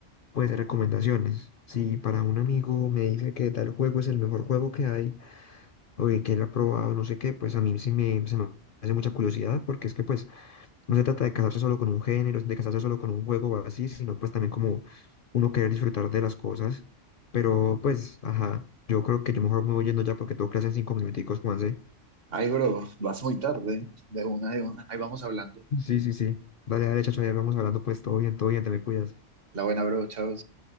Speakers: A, on the left; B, on the right.
A: pues recomendaciones. Si para un amigo me dice que tal juego es el mejor juego que hay o de que él ha probado, no sé qué, pues a mí sí me, se me hace mucha curiosidad porque es que pues... No se trata de casarse solo con un género, de casarse solo con un juego o así, sino pues también como uno querer disfrutar de las cosas. Pero pues, ajá, yo creo que yo mejor me voy yendo ya porque tengo clase en cinco minuticos, Juanse.
B: Ay, bro, vas muy tarde, de una, de una. Ahí vamos hablando.
A: Sí, sí, sí. Dale, dale, chacho, ya vamos hablando pues, todo bien, todo bien, te me cuidas.
B: La buena, bro, chao.